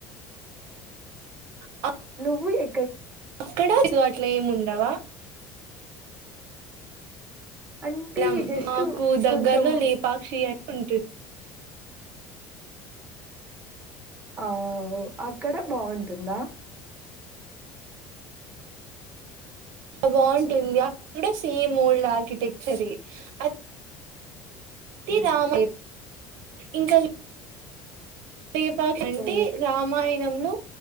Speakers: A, on the right (about 70°); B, on the right (about 20°).
A: ఆ
B: నువ్వు ఎ
A: అక్కడ <inaudible> అట్లేమున్ డవా
B: అంటే
A: లం
B: జస్ట్
A: మాకు దగ్గర్లో
B: కొంచెం
A: లేపాక్షి అ ఉంటు
B: ఔ అక్కడ బావుంటుందా
A: బావుంటుంది అక్కడ సేమ్ ఓల్డ్ ఆర్కిటెక్చరే అ ది రామ్ ఇంకా లేపాక్ష అంటే
B: ఓ
A: రామాయణంలో